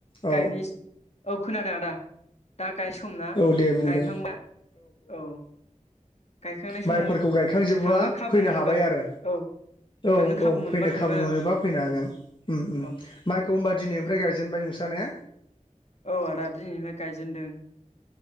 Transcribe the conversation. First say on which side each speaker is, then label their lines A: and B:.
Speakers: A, on the left; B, on the left.
A: औ
B: गायनाय, औ खोनादों आदा‌ गायनाय सम ना
A: औ दे बुं
B: गायखांबा
A: दे
B: औ। गायखांनाय
A: माइफोरखौ
B: समाव
A: गायखांजोबोबा
B: थांनो खाबु
A: फैनो
B: मोनोबा
A: हाबाय आरो।
B: औ
A: औ
B: थांनो
A: औ
B: खाबु मोनोबा
A: फैनो
B: थांगोन
A: खाबु मोनोबा फैनो हागोन। उम उम
B: औ
A: माइखौ होमबा दिनैनिफ्राय गायजेनबाय नोंस्रा ने?
B: औ आदा दिनैनिफ्राय गायजेनदों।